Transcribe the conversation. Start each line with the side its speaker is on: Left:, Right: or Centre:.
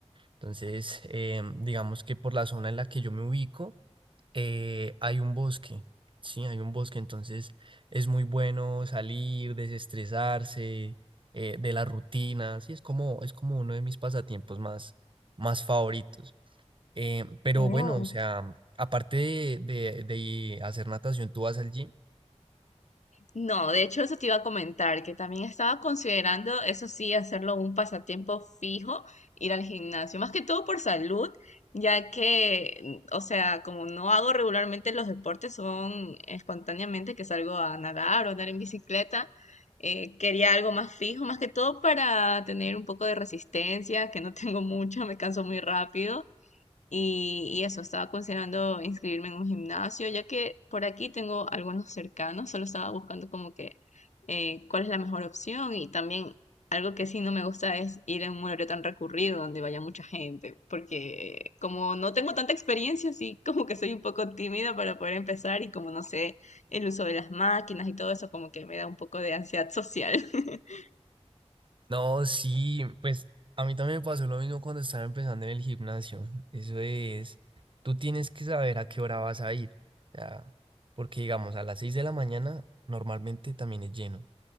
Right: Entonces, eh, digamos que por la zona en la que yo me ubico, eh, hay un bosque, sí, hay un bosque, entonces es muy bueno salir, desestresarse, eh, de la rutina, sí, es como, es como uno de mis pasatiempos más, más favoritos. Eh, pero
Left: Oh.
Right: bueno, o sea, aparte de, de de hacer natación, ¿tú vas al gym?
Left: No, de hecho eso te iba a comentar, que también estaba considerando, eso sí, hacerlo un pasatiempo fijo, ir al gimnasio, más que todo por salud, ya que, mm, o sea, como no hago regularmente los deportes, son espontáneamente que salgo a nadar o andar en bicicleta, eh, quería algo más fijo, más que todo para tener un poco de resistencia, que no tengo mucha, me canso muy rápido y, y eso, estaba considerando inscribirme en un gimnasio, ya que por aquí tengo algunos cercanos, solo estaba buscando como que eh, cuál es la mejor opción y también algo que sí no me gusta es ir en un horario tan recurrido donde vaya mucha gente, porque como no tengo tanta experiencia, sí como que soy un poco tímida para poder empezar y como no sé el uso de las máquinas y todo eso como que me da un poco de ansiedad social. <laughs>
Right: No, sí, pues a mí también me pasó lo mismo cuando estaba empezando en el gimnasio. Eso es, tú tienes que saber a qué hora vas a ir. ya, porque digamos, a las 6 de la mañana normalmente también es lleno.